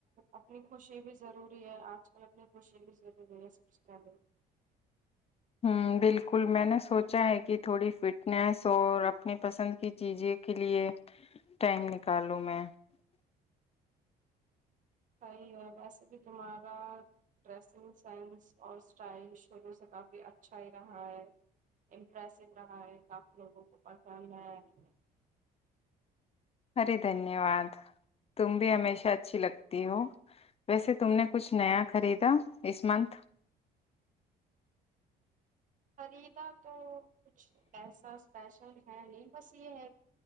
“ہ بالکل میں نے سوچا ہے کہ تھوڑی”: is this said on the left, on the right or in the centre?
Left